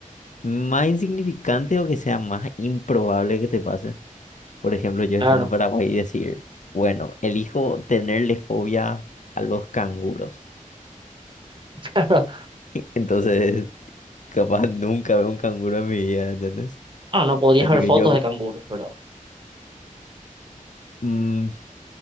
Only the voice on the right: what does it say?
Claro,
<laughs> claro.
No, no podrías
ver
fotos
de canguros, pero,